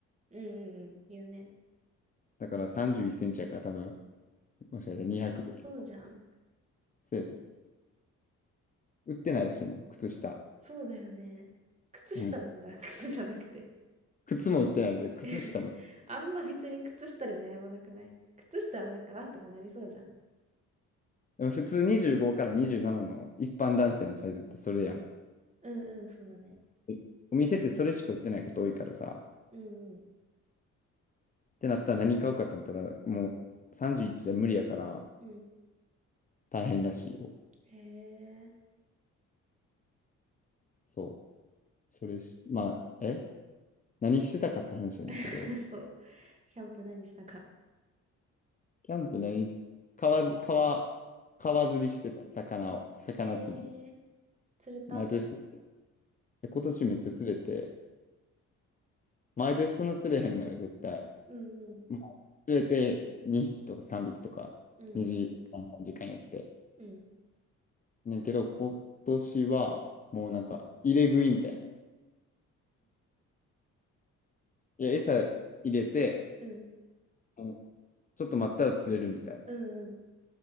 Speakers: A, on the right; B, on the left.
A: うんうんうん。言うね。
B: だから31センチやから多分、もしかしたら200ぐらい。
A: うん、相当じゃん。
B: せやで売ってないらしいもん、靴下。
A: そうだよね。靴下なんだ。
B: うん。
A: <laughs> 靴じゃなくて。
B: 靴も売ってないけど、靴下も。
A: <laughs> あんま別に靴下で悩まなくない靴下はなんかなんとかなりそうじゃん。
B: でも普通25から27の一般男性のサイズってそれやん。
A: うんうん、そうだね。
B: でお店ってそれしか売ってないこと多いからさ。っ
A: うんうん。
B: てなったら何買うかってなったら、もう31じゅういちじゃ無理やから
A: うん。
B: 大変らしいよ。
A: へえ。
B: そう。それし、まあ、え何してたかって話やねんけど、
A: <laughs> そう。キャンプ何したか。
B: キャンプ何し、川ず、川、川釣りしてた、魚を、魚釣り。
A: へえ。釣れた
B: 毎年、今年めっちゃ釣れて、毎年そんな釣れへんのよ、絶対。
A: うんうん。
B: まあ、連れて2匹とか3匹とか2時間3時間やって。
A: うん。うん。
B: ねんけど、今年はもうなんか入れ食いみたいな。いや、餌入れて、
A: うん。
B: もうちょっと待ったら釣れるみたいな。
A: うんうん。